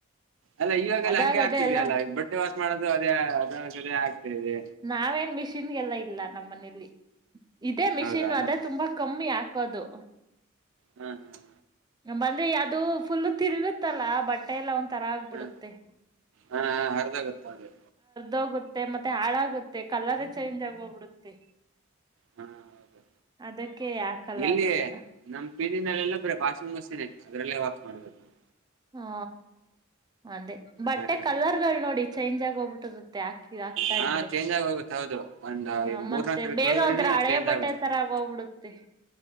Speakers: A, on the right; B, on the right.
A: ಅಲ್ಲ ಇವಾಗೆಲ್ಲ
B: ಅದಾಗದೆ
A: ಹಂಗೆ ಆಗ್ತಿದೆಯ
B: ಎಲ್ಲ
A: ಅಲ್ಲ ಬಟ್ಟೆ ವಾಸ ಮಾಡೋದು ಅದೇ ಅದದೇ ಆಗ್ತಾದೆ
B: ನಾವೇನ್ ಮಿಷಿನ್ಗೆಲ್ಲ ಇಲ್ಲ ನಮ್ಮನಲಿ ಇದೇ ಮಿಷಿನ್
A: ಹೌದಾ
B: ಅದೇ ತುಂಬಾ ಕಮ್ಮಿ ಆ ಕದು
A: ಹ್ಮ್ ಹ
B: ಬಂದ್ರೆ ಅದು ಫುಲ್ ತಿರುಗುತ್ತಲ್ಲಾ ಬಟ್ಟೆ ಎಲ್ಲಾ ಒ ತರ ಆಗ್ಬಿಡುತ್ತೆ
A: ಹಾ ಹಾ ಹಾ ಅರ್ಧೋಗತ್ತೆ ಹೌದು
B: ಹೋಗುತ್ತೆ ಮತ್ತೆ ಹಾಳಾಗುತ್ತೆ ಕಲರ ಚೇಂಜ್ ಆಗೋಗ್ಬಿಡುತ್ತೆ
A: ಹಾ ಹೌದು
B: ಅದಕ್ಕೆ ಯಾಕಲ್ಲ
A: ಇಲ್ಲಿಯ
B: ಅದನ್ನ
A: ನಮ್ ಪದಿನಲ್ಲಲ್ಲ ಬ್ರೆ ಭಾಷ ಸೆನೆ ಅದ್ರಲ್ಲೇ ವಾಕ್ ಮಾಡ್ಬೋದು ನೀವು
B: ಹಾ ಅದೇ ಬಟ್ಟೆ
A: ಬೇರೆದೆಲ್ಲ
B: ಕಲರ್ಗಳು
A: ಇಲ್ಲ.
B: ನೋಡಿ ಚೇಂಜ್ ಆಗಿ ಹೋಗ್ಬಿಟ್ಟಿರುತ್ತೆ ಆಕಿ ಹಾಕ್ತಾ
A: ಹಾ
B: ಇದ್ರೆ
A: ಚೇಂಜ್ ಆಗಿ ಹೋಗುತ್ತೆ ಹೌದು ಒಂದ್
B: ಹ
A: ಮೂರ್ನಾಲ್ಕು
B: ಮತ್ತೆ
A: ಸರಿ
B: ಬೇಗ
A: ತೊಳದ್ರೆನೆ
B: ಒಂಥರ ಹಳೆಯ
A: ಚೇಂಜ್
B: ಬಟ್ಟೆ
A: ಆಗೋಗ್ಬಿಡುತ್ತೆ
B: ತರ ಆಗೋಗ್ಬಿಡುತ್ತೆ